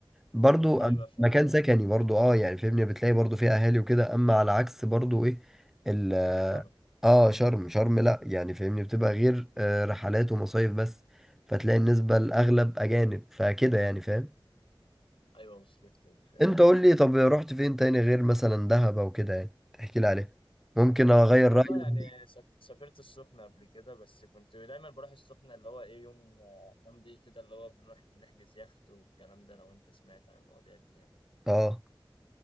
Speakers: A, in the centre; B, on the left (about 80°).
A: برضو
B: ايوه
A: أم-
B: فاهم
A: مكان
B: قصدك.
A: سكني برضو اه يعني فاهمني بتلاقي برضو فيها أهالي وكده أما على عكس برضو ايه ال
B: شرم
A: اه شرم شرم لأ يعني فاهمني بتبقى غير آه، رحلات ومصايف بس فتلاقي النسبة الأغلب أجانب فكده يعني فاهم
B: ايوه وصلت لي فاهم
A: انت قول
B: ايوه
A: لي طب رحت فين تاني غير مثلا دهب أو كده يعني تحكي لي عليه ممكن اغير
B: والله
A: رايي
B: يعني سف- سافرت السخنة قبل كده بس كنت دايما بروح السخنة اللي هو ايه يوم آه، فان دي كده اللي هو بنروح نحجز يخت والكلام ده لو انت سمعت عن المواضيع دي يعني
A: اه